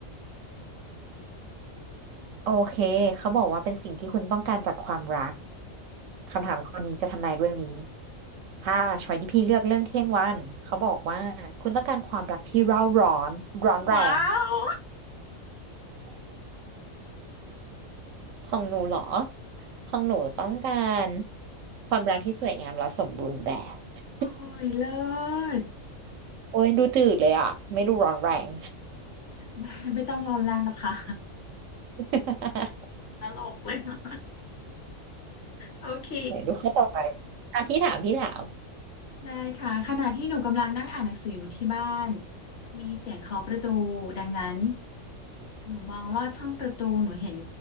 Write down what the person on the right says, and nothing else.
โอเคเขาบอกว่าเป็นสิ่งที่คุณต้องการจากความรักคำถามข้อนี้จะทำนายเรื่องนี้ถ้าช้อยที่พี่เลือกเรื่องเที่ยงวันเขาบอกว่าคุณต้องการความรักที่เร่าร้อนร้อนแรง
ของหนูเหรอของหนูต้องการความรักที่สวยงามและสมบูรณ์แบบ <laughs>
โอ้ยดูจืดเลยอ่ะไม่ดูร้อนแรง
<laughs>
ไหนดูข้อต่อไปอ่ะพี่ถามพี่ถาม